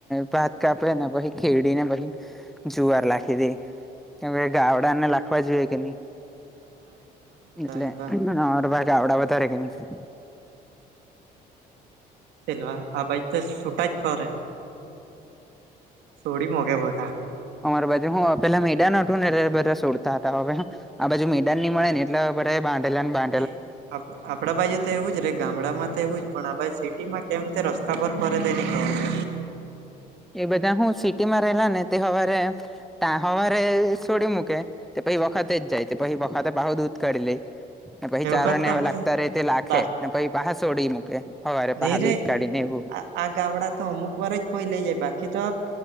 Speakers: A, in the centre; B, on the right.
A: ભાત કાપે ને પહિ ખેડીને પછી જુવાર લાખી દે. કેમ કે ગાવડાને લખવા જોઈએ કે ની
B: ગાવડા આયવા ગાવડા
A: એટલે
B: આયવા
A: અ <unintelligible> <unintelligible> આવડા વધારે કે ની
B: સેલવા આ ભાઈ તો સુટ જ ફરે. થોડી મોગે બધા.
A: અમારી બાજુ હું પેલા મેડા નઠું ને એટ બધા સોડતા હતા હવે હું આ બાજુ મેદાન ની મળે ને એટલે હવે બધાએ બાંધેલા ને બા
B: ન આપ આપડા બાજુ તો એવું જ રે ગામડામાં તો એવું જ પણ આપ સિટીમાં કેમ તે રસ્તા પર ફરે તે ની ખબર.
A: એ બધા હું સિટી માં રહેલા ને તે હવારે તા હવારે છોડી મૂકે તે પછી વખતે જ જાય તે પછી વખતે પાહુ દૂધ કરી લે તે પહિ ચારોને
B: કરતા
A: એવું
B: હે
A: લાગતા ર રહે તે લાખે
B: બસ
A: ને પહિ પાહા સોડી મુકેે. હવારે
B: નહી
A: પાહા
B: રે
A: દૂધ કાડી ને એવું
B: આ આ ગામડા તો અમુક વાર જ કોઈ લઈ જાય બાકી તો